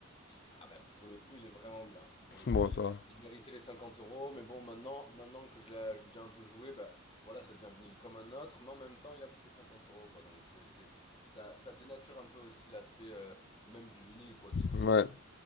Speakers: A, on the left; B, on the left.
A: ah bah, pour le coup, il est vraiment bien. Pour le
B: Bon,
A: coup, il
B: ça va.
A: il méritait les 50 euros. mais bon, maintenant maintenant que je l'ai j'ai déjà un peu joué, bah, voilà, ça devient un vinyle comme un autre, mais en même temps, il a coûté 50 euros, quoi, donc c'est c'est ça ça dénature un peu aussi l'aspect, heu, même du vinyle quoi, de de
B: Ouais.